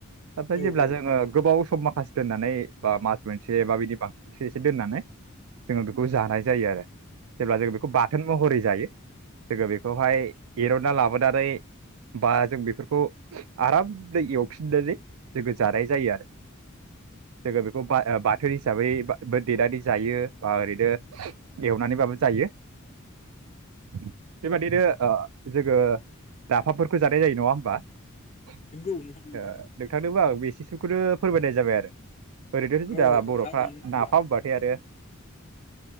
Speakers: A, on the right; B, on the left.
A: ओमफफ्राय
B: औ
A: जेब्ला
B: औ
A: जोंङो गोबाव सब माखासे दोननानै बा मास मोनसे बा बिदि बांसिनस एसे दोननानै जोंङो बेखौ जानाय जायो आरो जेब्ला जों बेखौ बाथोन महरै जायो जोंङो बेखौहाय एरनना लाब हदनानै बा जों बेफोरखौ आरामै एवफिननानै जोंङो जानाय जायो आरो जोंङो बेखौ बा ओ बाद बोथोर हिसाबै बा बो देेनानै जायो बा ओरैनो एवनानैबाबो जायो बेबादिनो आ जोंङो नाफामफोरखौ जानाय जायो नंङा होमबा आ
B: नंगौ नोंथां नंगौ
A: नोंथांनोबो आं बेसे बिसोरखौनो फोरमायनाय जाबाय आरो ओरैनोथ जोंना
B: औ
A: बरफ्रा
B: जागोन होनब्ला
A: नाफाम होबाथाय आरो